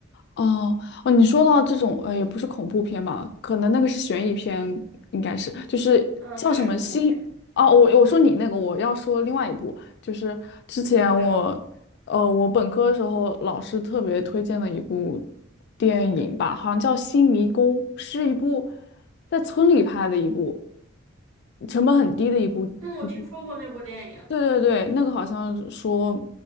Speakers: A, on the left; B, on the right.
A: 哦哦，你说到这种呃，也不是恐怖片吧？可能那个是悬疑片，应该是就是叫什么心哦，
B: 嗯，它是恐怖片。
A: 我我说你那个，我要说另外一部，就是之前我呃，
B: 好的，
A: 我本科的时候老师特别推荐的一部电影吧，好像叫《新迷宫》，是一部在村里拍的一部，成本很低的一部一部，
B: 嗯，我听说过那部电影，
A: 对对对，那个好像说